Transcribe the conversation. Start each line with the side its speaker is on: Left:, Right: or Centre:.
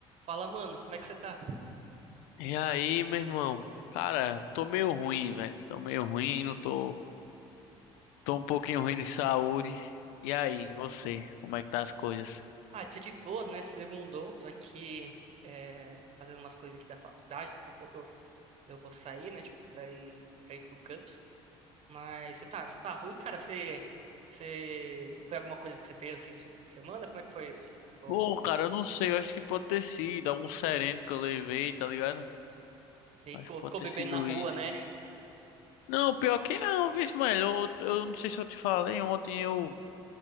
Right: Fala, mano, como é que você tá?
Left: E aí, meu irmão? Cara, tô meio ruim, velho. Tô meio ruim, não tô. Tô um pouquinho ruim de saúde. E aí, você? Como é que tá as coisas?
Right: Ah, tô de boas, né? Segundou, tô aqui é, fazendo umas coisas aqui da faculdade, daqui a pouco eu, eu vou sair, né? Tipo, pra ir, pra ir pro campus. Mas você tá, você tá ruim, cara? Você, você, foi alguma coisa que você fez assim no seu fim de semana? Como é que foi? Ou
Left: Pô, cara, eu não sei. Eu acho que pode ter sido algum sereno que eu levei, tá ligado?
Right: Você ficou,
Left: Acho que pode
Right: ficou
Left: ter
Right: bebendo
Left: sido
Right: na rua,
Left: isso.
Right: né?
Left: Não, pior que não, viu, velho? Eu, eu não sei se eu te falei. Ontem eu